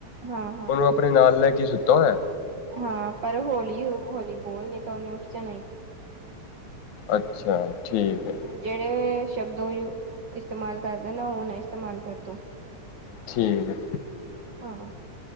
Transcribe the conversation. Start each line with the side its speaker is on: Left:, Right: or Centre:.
Right: ਹਾਂ ਹਾਂ
Left: ਉਨੂੰ ਆਪਣੇ ਨਾਲ ਲੈ ਕੇ ਸੁੱਤਾ ਹੋਇਆ।
Right: ਹਾਂ ਪੈਲੇ ਹੋਲੀ-ਹੋਲੀ ਬੋਲ ਨਈ ਤਾਂ ਉਨੇ ਉੱਠ ਜਾਣਾ ਈ।
Left: ਅੱਛਾ ਠੀਕ ਐ।
Right: ਜੇੜ੍ਹੇ ਸ਼ਬਦ ਓ ਯੂ ਇਸਤੇਮਾਲ ਕਰਦਾ ਨਾ ਓ ਨਾ ਇਸਤੇਮਾਲ ਕਰ ਤੂੰ।
Left: ਠੀਕ ਐ।
Right: ਹਾਂ।